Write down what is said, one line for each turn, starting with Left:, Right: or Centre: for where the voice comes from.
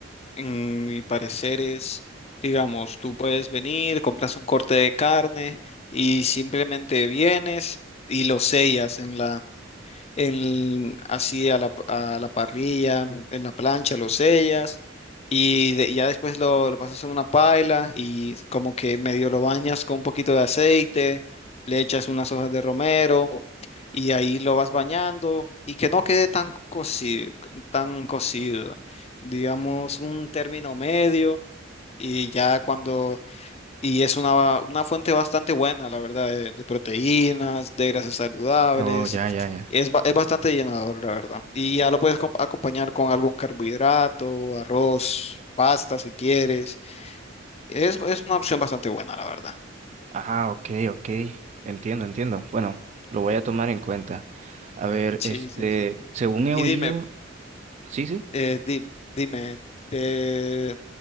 Left: en mi parecer es, digamos, tú puedes venir, compras un corte de carne y simplemente vienes y lo sellas en la en- así a la, a la parrilla, en la plancha, lo sellas y de- ya después lo, lo pasas en una paila y como que medio lo bañas con un poquito de aceite, le echas unas hojas de romero y ahí lo vas bañando y que no quede tan cocido, tan cocido, digamos un término medio y ya cuando y es una, una fuente bastante buena, la verdad, de, de proteínas, de grasas saludables.
Right: Oh, ya, ya, ya.
Left: Es, ba- es bastante llenador, la verdad. Y ya lo puedes com- acompañar con algún carbohidrato, arroz, pasta si quieres. Es, es una opción bastante buena, la verdad.
Right: Ajá, ok, ok. Entiendo, entiendo. Bueno, lo voy a tomar en cuenta. A ver,
Left: Sí,
Right: este,
Left: sí, sí, sí.
Right: según
Left: Y
Right: he oído,
Left: dime,
Right: sí, sí.
Left: eh, di- dime, eh,